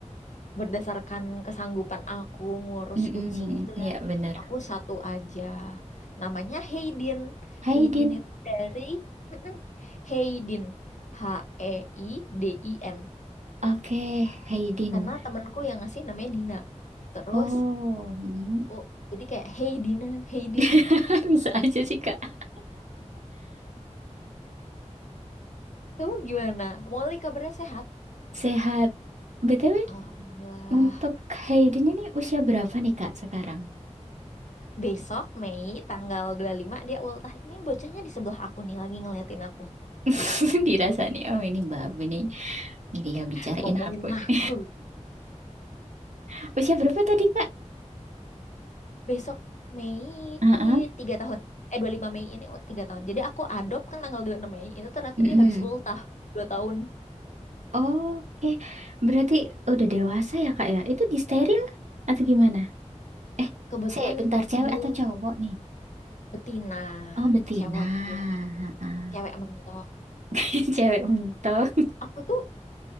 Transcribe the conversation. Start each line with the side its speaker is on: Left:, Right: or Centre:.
Left: berdasarkan kesanggupan aku ngurus
Right: mm
Left: kucing gitu ya
Right: ya benar.
Left: aku satu aja namanya Hayden
Right: Hai
Left: Hayden
Right: Din.
Left: itu dari Mm-mm. Hayden H E I D I N
Right: Oke, Hai Din.
Left: karena temanku yang ngasih namanya Dina terus
Right: Oh, mm.
Left: oh jadi kayak Hey Dina Hayden
Right: <laughs> Bisa aja sih Kak.
Left: kamu gimana Molly kabarnya sehat
Right: Sehat. BTW,
Left: Alhamdulillah
Right: untuk Hai Din ini usia berapa nih Kak sekarang?
Left: Besok Mei tanggal 25 dia ultah. Ini bocahnya di sebelah aku nih lagi ngeliatin aku.
Right: <laughs> Dirasa nih, oh ini babu nih. Gini ya bicarain
Left: Ngomongin
Right: aku
Left: aku.
Right: nih. <laughs> Usia berapa tadi Kak?
Left: <laughs> Besok Mei
Right: Heeh.
Left: 3 tahun. Eh 25 Mei ini oh, 3 tahun. Jadi aku adopt kan tanggal 26 Mei. Itu ternyata
Right: Mm-mm.
Left: dia habis ultah dua tahun.
Right: Oke, Berarti udah dewasa ya Kak ya? Itu disteril atau gimana? Eh,
Left: Kebetulan
Right: se bentar cewek
Left: belum
Right: atau cowok nih?
Left: betina.
Right: Oh, betina.
Left: Cewek dia.
Right: Heeh.
Left: Cewek mentok.
Right: <laughs> Cewek untuk,
Left: Aku tuh